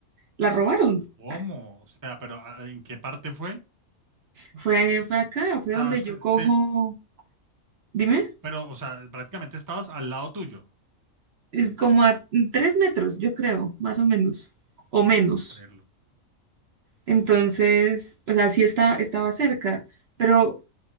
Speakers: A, on the right; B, on the right.
A: la robaron.
B: ¿Cómo?
A: Ah,
B: O sea, pero ah, ¿en qué parte fue?
A: Fue, fue acá, fue
B: O sea,
A: donde
B: se,
A: yo cojo,
B: se-
A: dime,
B: pero, o sea, prácticamente estabas al lado tuyo.
A: es como a tres metros, yo creo, más o menos, o menos.
B: No puedo creerlo.
A: Entonces, o sea, sí está, estaba cerca, pero